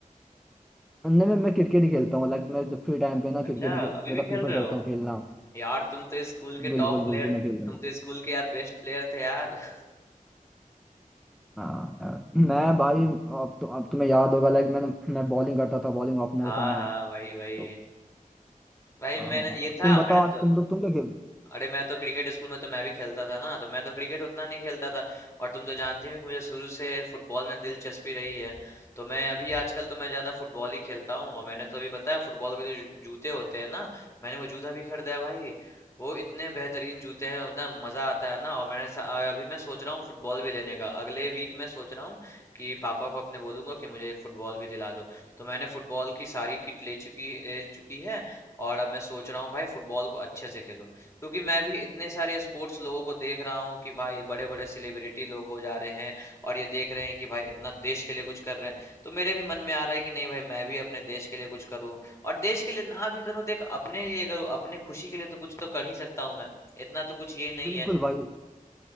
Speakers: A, in the centre; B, on the left.
A: नहीं मैं मैं क्रिकेट ही खेलता हूँ लाइक मैं जब फ्री टाइम पे ना
B: अच्छा
A: क्रिकेट ही खे-
B: अभी
A: ज्यादा
B: भी खेल
A: प्रेफर
B: रहे
A: करता
B: हो
A: हूँ खेलना
B: यार तुम तो स्कूल के
A: बिल्कुल
B: टॉप
A: बिल्कुल
B: प्लेयर
A: मैं खेलता
B: तुम
A: हूँ
B: तो स्कूल के यार बेस्ट प्लेयर थे यार <laughs>
A: हाँ यार मैं भाई अब तो अब तुम्हें याद होगा लाइक मैं मैं बॉलिंग करता था बॉलिंग ओपनर
B: हाँ
A: था मैं
B: हाँ वही वही
A: तो
B: भाई
A: हाँ
B: मैंने ये था
A: तुम बताओ
B: मैंने
A: आज
B: तो
A: तुम लोग तुम क्या खेलते हो?
B: अरे मैं तो क्रिकेट स्कूल में तो मैं भी खेलता था ना तो मैं तो क्रिकेट उतना नहीं खेलता था और तुम तो जानती हो कि मुझे शुरू से फुटबॉल में दिलचस्पी रही है तो मैं अभी आजकल तो मैं ज़्यादा फुटबॉल ही खेलता हूँ और मैंने तो अभी पता है फुटबॉल के जो जू- जूते होते हैं ना मैंने वो जूता भी खरीदा है भाई वो इतने बेहतरीन जूते हैं इतना मज़ा आता है ना और मैंने सा- अभी मैं सोच रहा हूँ फुटबॉल भी लेने का अगले वीक मैं सोच रहा हूँ कि पापा को अपने बोलूंगा कि मुझे एक फुटबॉल भी दिला दो तो मैंने फुटबॉल की सारी किट ले चुकी ले चुकी है और अब मैं सोच रहा हूँ भाई फुटबॉल को अच्छे से खेलूं क्योंकि मैं भी इतने सारे स्पोर्ट्स लोगों को देख रहा हूँ कि भाई बड़े बड़े सेलिब्रिटी लोग हो जा रहे हैं और ये देख रहे हैं कि भाई इतना देश के लिए कुछ कर रहे हैं तो मेरे भी मन में आ रहा है कि नहीं भाई मैं भी अपने देश के लिए कुछ करूँ और देश के लिए ना भी करूँ तो एक अपने लिए करूँ अपने खुशी के लिए तो कुछ तो कर ही सकता हूँ मैं इतना तो कुछ ये नहीं
A: बिल्कुल
B: है
A: भाई